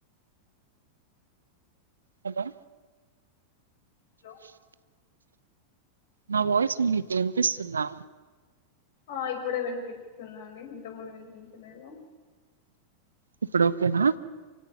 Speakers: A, on the right (about 75°); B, on the left (about 55°).
A: హలో
B: హలో
A: నా వాయిస్ మీకు వినిపిస్తుందా,
B: ఆ ఇప్పుడే వినిపిస్తుంది అండి ఇంతముందు వినిపించలేదు,
A: ఇప్పుడు ఓకేనా,